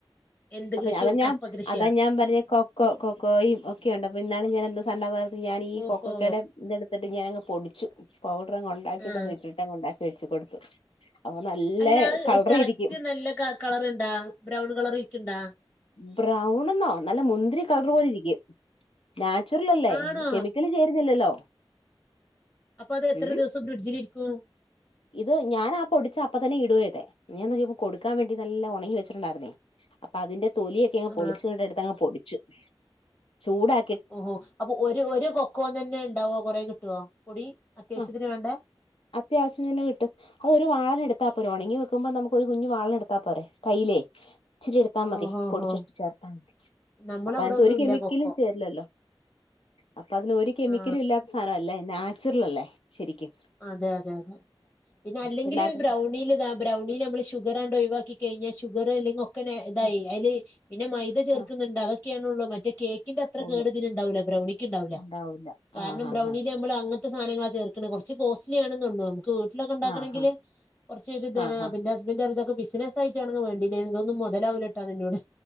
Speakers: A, on the left; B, on the left.
A: എന്ത്
B: അപ്പൊ
A: കൃഷി
B: അതാ ഞാൻ
A: കപ്പ കൃഷിയാ
B: അതാ ഞാൻ പറഞ്ഞെ കൊ കൊ കൊക്കോയും ഒക്കെ ഉണ്ട് അപ്പൊ ഇന്നാള് ഞാനെന്തോ സാനം ഇണ്ടാക്കാൻ പോയപ്പോ ഞാനീ
A: ഓഹോ
B: കൊക്കോക്കേടെ ഇതെടുത്തിട്ട് ഞാനങ്ങ് പൊടി ച്ചു. പൗഡറങ്ങ് ഉണ്ടാക്കിട്ടങ്ങ്
A: ആ
B: ഇട്ടിട്ടങ്ങ് ഉണ്ടാക്കി വെച്ചു കൊടുത്തു, അപ്പ നല്ല
A: അല്ലാ അയ്
B: കളർ
A: കറക്റ്റ്
B: ഇരിക്കും
A: നല്ല ക കളറ് ഇണ്ടാ? ബ്രൗൺ കളറിര്ക്ക്ണ്ടാ?
B: ബ്രൗൺ എന്നോ നല്ല മുന്തിരി കളർ പോലെ ഇരിക്കും. നാച്ചുറൽ അല്ലേ
A: ആണോ
B: കെമിക്കല് ചേരുന്നില്ലല്ലോ
A: അപ്പൊ അത് എത്ര
B: ഉം
A: ദിവസം ഫ്രഡ്ജിലിരിക്കും?
B: ഇത് ഞാനാ പൊടിച്ച അപ്പ തന്നെ ഇടുവാ ചെയ്തെ, ഞാൻ നോക്കിയപ്പോ കൊടുക്കാൻ വേണ്ടി നല്ല ഒണങ്ങി വെച്ചിട്ടുണ്ടായ്രുന്നേ. അപ്പൊ അതിന്റെ തൊലിയൊക്കെയങ്ങ്
A: ആ
B: പൊളിച്ചു ഇങ്ങട്ട് എടുത്ത് അങ്ങ് പൊടിച്ചു. ചൂടാ
A: ഓഹോ അപ്പൊ ഒരു ഒരു കൊക്കോന്നന്നെ ഇണ്ടാവോ കൊറെ കിട്ടോ പൊടി അത്യാവശ്യത്തിന്
B: ആ
A: വേണ്ട
B: അത്യാവശ്യത്തിന് കിട്ടും. അതൊരു വാളെനെടുത്താ പോരേ. ഒണങ്ങി വെക്കുമ്പം നമുക്കൊരു കുഞ്ഞി വാളെനെടുത്താ പോരെ കൈയിലേ. ഇച്ചിരി എടുത്താ മതി.
A: ഓഹോഹോ
B: പൊടിച്ചിട്ട് ചേർത്താ മതി
A: നമ്മളവിടെ
B: അപ്പൊ അയ്നാത്ത്
A: ഒന്നും
B: ഒരു കെമിക്കലും
A: ഇല്ല കൊക്കോ
B: ചേര്ലല്ലോ. അപ്പൊ അതിനൊരു കെമിക്കലും
A: ആ
B: ഇല്ലാത്ത സാനം അല്ലേ, നാചുറലല്ലേ ശെരിക്കും
A: അതെ അതെ അതെ. പിന്നെ അല്ലെങ്കിലു
B: പിള്ളേർക്ക്
A: ഈ ബ്രൗണീല് ഇതാ ബ്രൗണീല് നമ്മള് ഷുഗറാണ്ട് ഒഴിവാക്കി കഴിഞ്ഞാ ഷുഗറ് അയിലെങ്ങോ ക്കന്നെ ഇതായി
B: ആ
A: അയ്ല് പിന്നെ മൈദ ചേർക്ക്ന്ന്ണ്ട്
B: ആ
A: അതൊക്കെയാണൊള്ളു മറ്റേ കേ ക്കിൻ്റെ അത്ര
B: ഉള്ളൂ
A: കേട് ഇതിന്ണ്ടാവൂല്ല. ബ്രൗണിക്ക്ണ്ടാവൂല്ല.
B: ഉണ്ടാവൂല്ല
A: കാരണം
B: ആ ഹാ
A: ബ്രൗണീല്
B: ഹാ
A: നമ്മള് അങ്ങൻത്തെ സാനങ്ങളാ ചേർക്ക്ണെ കൊർ ച്ച് കോസ്റ്റ്ലി ആണ്ന്നൊള്ളു, നമുക്ക് വീട്ടിലൊക്കെ ഇണ്ടാക്കണെങ്കില്
B: ആ ഹാ
A: കൊർച്ച് ഒര് ഇതാണ്
B: ആ ഹാ
A: അപ്പ ഇന്റെ ഹസ് ബന്ററിയും ഇതൊക്കെ ബിസിനസ് ആയിട്ടാണെങ്കിൽ വേണ്ടില്ലേര്ന്നു ഇതൊന്നും മൊതലാവൂലട്ടോന്ന് ഇന്നോട്.